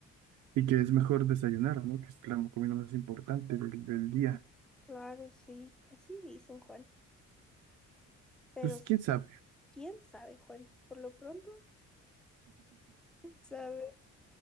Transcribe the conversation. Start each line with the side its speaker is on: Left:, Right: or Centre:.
Right: y que es mejor desayunar, ¿no? Que es la comida más importante del, del día.
Centre: Claro, sí. Así dicen, Juani. Pero
Right: Pues quién sabe.
Centre: ¿Quién sabe, Juanes? Por lo pronto, ¿quién sabe,